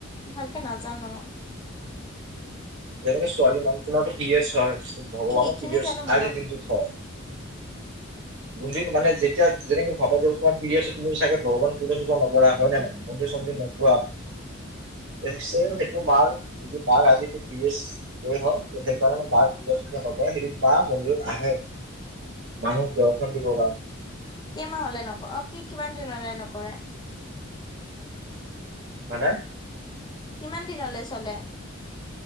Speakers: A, on the left; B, on the right.
A: ভালকে নাজানো।
B: যেনেকে ছোৱালী মানুহ তোমাৰটো পিৰিয়েডছ হয়। ভগৱানৰ
A: সেইখিনি
B: পিৰিয়ড
A: জানো বাৰু
B: আজিৰ দিনটোত হয়। যোনদিন মানে যেতিয়া যেনেকে ভাবা যে তোমাৰ পিৰিয়ছে তুমি চাগে ভগৱান পূজা নকৰা হয় নে নহয়? মন্দিৰ চন্দিৰ নোযোৱা নিশ্চয়
A: উম
B: সেইটো মাৰ যেটো মাৰ আজিটো পিৰগয়েডছ দে হওঁক সেইকাৰণে মাৰ পূজা চোজা নকৰে সেইকাৰণে মা মন্দিৰত আহে। মানুহ দৰ্শন দিব কাৰ
A: কেইমাহ হ'লে নকৰে অ কি কিমান দিন নকৰে?
B: মানে?
A: কিমান দিন হ'লে চলে?